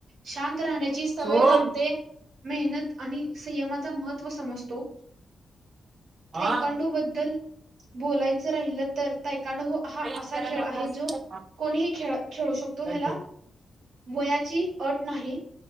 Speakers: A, on the right; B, on the right.
A: शांत. राहण्याची सवय
B: सोड
A: लागते, मेहनत आणि. संयमाचा महत्त्व समजतो.
B: हा
A: तायकांडो बद्दल बोलायचं राहिल. तर तायकांडू. तायकांडू हा
B: आई
A: असा
B: त्याला
A: खेळ
B: नको
A: आहे,
B: असेल
A: जो
B: तर खा.
A: कोणीही खेळ-खेळू शकतो
B: काय
A: ह्याला.
B: करतो?
A: वयाची अट नाही